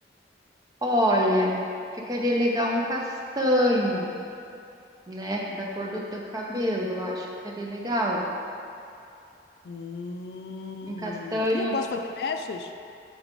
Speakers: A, on the right (about 20°); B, on the left (about 60°).
A: Olha, ficaria legal um castanho. né? Da cor do teu cabelo, eu acho que seria legal.
B: Hum...
A: Um castanho.
B: E eu posso fazer mechas?